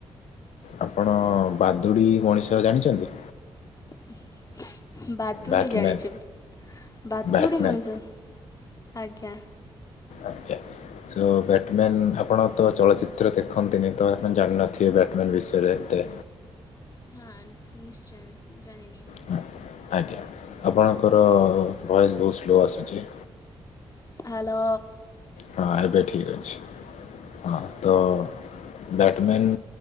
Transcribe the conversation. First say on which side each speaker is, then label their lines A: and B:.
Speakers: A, on the left; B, on the left.
A: ଆପଣ ବାଦୁଡ଼ି ମଣିଷ ଜାଣିଛନ୍ତି।
B: ହ। <inaudible> ବାଦୁଡ଼ି
A: ବ୍ୟାଟମ୍ୟାନ୍
B: ଜାଣିଛି ବାଦୁଡ଼ି
A: ବ୍ୟାଟମ୍ୟାନ୍
B: ମଣିଷ ଆଜ୍ଞା।
A: ଆଛା। <inaudible> ସ ବ୍ୟାଟମ୍ୟାନ୍ ଆପଣ ତ ଚଳଚିତ୍ର ଦେଖନ୍ତିନି ତ ଆପଣ ଜାଣିନଥିବେ ବ୍ୟାଟମ୍ୟାନ୍ ବିଷୟରେ ଏତେ।
B: ହଁ ନିଶ୍ଚୟ ଜାଣିନି।
A: ହଁ ଆଜ୍ଞା ଆପଣଙ୍କର ଭଏସ୍ ବହୁତ ସ୍ଲୋ ଆସୁଛି।
B: ହାଲୋ।
A: ହଁ ଏବେ ଠିକ୍ ଅଛି ହଁ ତ ବ୍ୟାଟମେନ୍